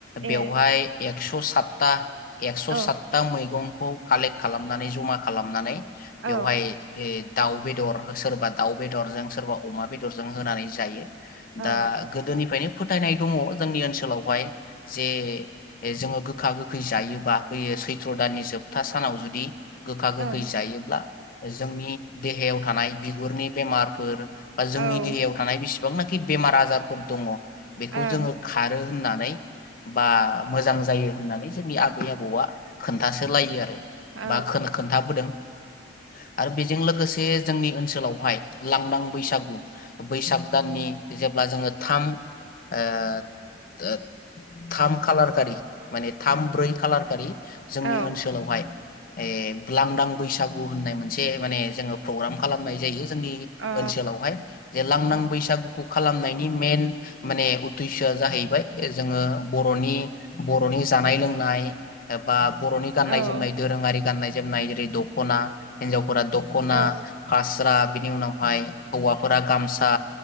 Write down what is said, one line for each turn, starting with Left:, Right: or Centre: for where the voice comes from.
Left: बेवहाय
Right: ए
Left: एक स' सातता एकस'
Right: औ
Left: सातता मै मेगंखौ कालेक्ट खालामनानै जमा खालामनानै
Right: औ
Left: बेवहाय ए दाउ बेदर सोरबा दाउ बेदरजों सोरबा अमा बेदरजों होनानै जायो।
Right: औ
Left: दा गोदोनिफ्रायनो फोथायनाय दङ जोंनि ओनसोलावहाय जे जोङो गोखा गोखै जायोबा बै सैथ्र' दाननि जोबथा सानाव जुदि गोखा गोखै
Right: ओं
Left: जायोब्ला जोंनि देहायाव थानाय बिगुरनि बेमारफोर बा जोंनि
Right: औ
Left: देहायाव थानाय बिसि बांनाखि बेमार आजारफोर दङ बेखौ
Right: ओं
Left: जोङो खारो। होननानै बा मोजां जायो होननानै जोंनि आबै आबौआ खोन्थासो लायो आरो।
Right: औ
Left: बा खोन-खोन्थाबोदों। आरो बेजों लोगोसे जोंनि ओनसोलावहाय लांदां बैसागु बैसाग दाननि जेब्ला जोङो थाम ओ थाम खालारखारि माने थाम ब्रै खालारखालि जोंनि
Right: औ
Left: ओनहोलाव हाय ए लांदां बैसागु होननाय मोनसे माने जोङो पग्राम खालामनाय जायो। जोंनि
Right: अ
Left: ओनसोलावहाय जे लांदां
Right: औ
Left: बैसागु खालामनायनि मेन माने उददेसआ जाहैबाय जोङो बर'नि बर'नि जानाय लोंनाय एबा बर' गाननाय
Right: ओं
Left: जोमनाय दोरोङारि गाननाय जोमनाय ओरै दख'ना हिनजाव फोरा दख'ना
Right: औ
Left: फास्रा बिनि उनावहाय हौवाफोरा गामसा